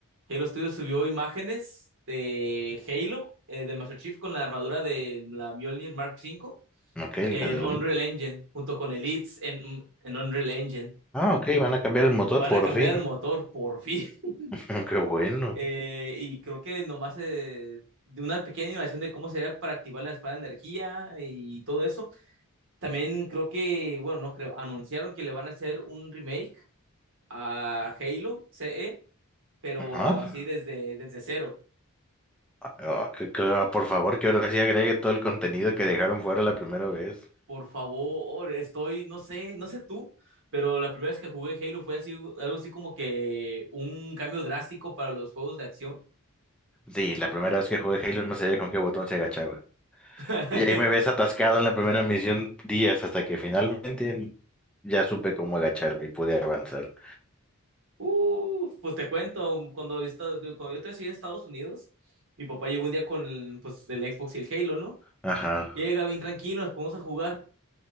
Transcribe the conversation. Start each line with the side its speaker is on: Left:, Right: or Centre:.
Right: Halo Studios subió imágenes de Halo, eh, del Master Chief con la armadura de la Mjolnir Mark V.
Centre: Ok,
Right: en
Centre: la del
Right: Unreal
Centre: uno.
Right: Engine, junto con Elites en, en Unreal Engine.
Centre: Ah, ok, van a cambiar el motor
Right: Van
Centre: por
Right: a cambiar
Centre: fin.
Right: el motor, por fin. <laughs>
Centre: <laughs> Qué bueno.
Right: Eh, y creo que nomás eh, de una pequeña innovación de cómo sería para activar la espada de energía y todo eso. También creo que, bueno, no creo, anunciaron que le van a hacer un remake a Halo CE, pero
Centre: Ajá.
Right: así desde, desde cero.
Centre: Ah, que- que- ah, por favor, que ahora sí agregue todo el contenido que dejaron fuera la primera vez.
Right: Por favor, estoy, no sé, no sé tú, pero la primera vez que jugué Halo fue así, algo así como que un cambio drástico para los juegos de acción
Centre: Sí, la primera vez que jugué Halo no sabía con qué botón se agachaba.
Right: <laughs>
Centre: Y ahí me ves atascado en la primera misión días hasta que finalmente ya supe cómo agacharme y pude avanzar.
Right: Uh, pues te cuento, um, cuando yo, esta- cuando yo estoy en Estados Unidos, mi papá llegó un día con el, pues, el Xbox y el Halo, ¿no?
Centre: Ajá.
Right: Llega bien tranquilo, nos ponemos a jugar.